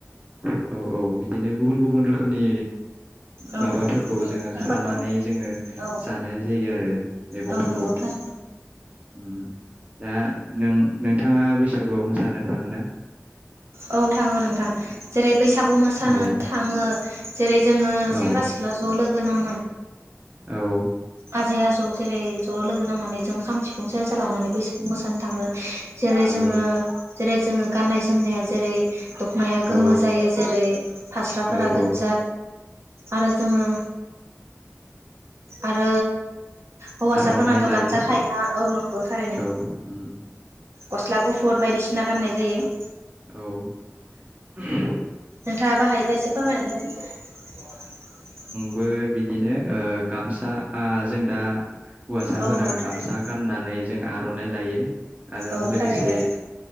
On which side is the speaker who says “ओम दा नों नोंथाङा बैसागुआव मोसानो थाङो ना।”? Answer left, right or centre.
Right